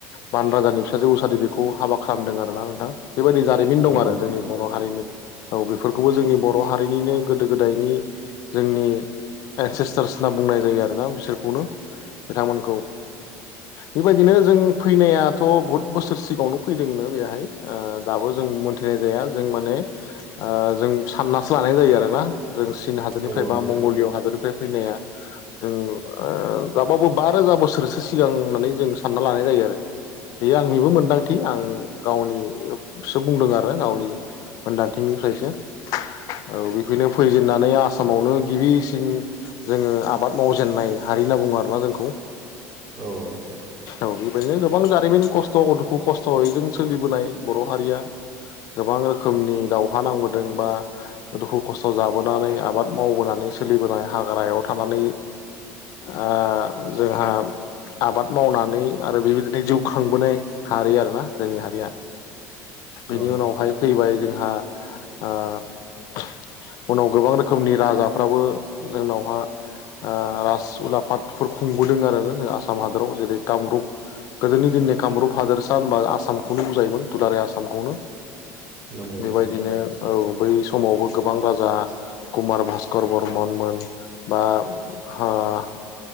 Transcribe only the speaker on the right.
नंगौ
नोंथां
नंगौ
नोंथां
औ नोंथां।
औ
नंगौ
नोंथां